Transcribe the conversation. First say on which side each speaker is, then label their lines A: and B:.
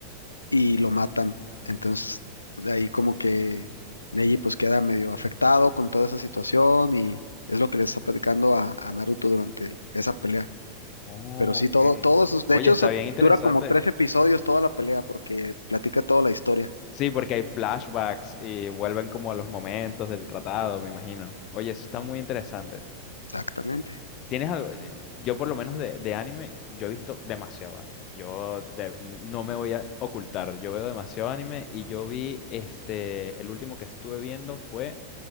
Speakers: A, on the left (about 80°); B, on the left (about 35°).
A: y lo matan. Entonces, de ahí como que Neji pues queda medio afectado con toda esa situación y es lo que le está platicando a, a Naruto durante el- esa pelea.
B: Oh,
A: Pero sí,
B: ok.
A: todo, todos esos, de
B: Oye,
A: hecho,
B: está
A: eso
B: bien interesante.
A: dura como tres episodios toda la pelea porque platica toda la historia.
B: Sí, porque hay flashbacks y vuelven como a los momentos del tratado, me imagino. Oye, eso está muy interesante.
A: Exactamente.
B: ¿Tienes algo? eh, Yo por lo menos de, de anime, yo he visto demasiado anime. Yo de- no me voy a ocultar, yo veo demasiado anime y yo vi, este, el último que estuve viendo fue,